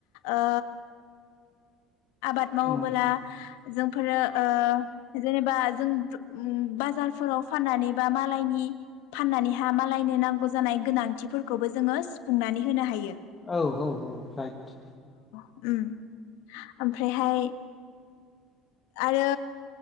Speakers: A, on the left; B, on the left.
A: ओ आबाद मावोबोला
B: उम
A: जोंफोरो ओ जेनेबा जों जो ओ बाजारफोराव फाननानै बा मालायनि फाननानैहा मालायनो नांगौ जानाय गोनांथिफोरखौबो जोङो सुफुंनानै होनो हायो।
B: औ औ औ राइट
A: उम ओमफ्रायहाय आरो